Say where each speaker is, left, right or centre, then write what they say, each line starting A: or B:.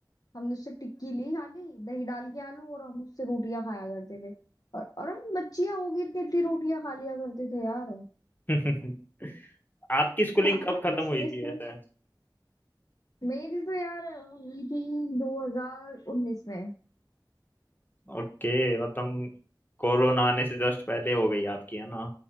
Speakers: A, on the left; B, on the left.
A: हमने उससे टिक्की ली खाली दही डाल के आलू और हम उससे रोटियां खाया करते थे और और हम बच्चियां होगी इतनी इतनी रोटियां खा लिया करते थे यार
B: <laughs> आपकी स्कूलिंग
A: हाँ
B: कब खत्म
A: टीसीएस
B: हुई थी
A: में
B: ऐसे
A: मेरी तो यार हुई थी 2019 में
B: ओके मतलब कोरोना आने से जस्ट पहले हो गई आपकी है ना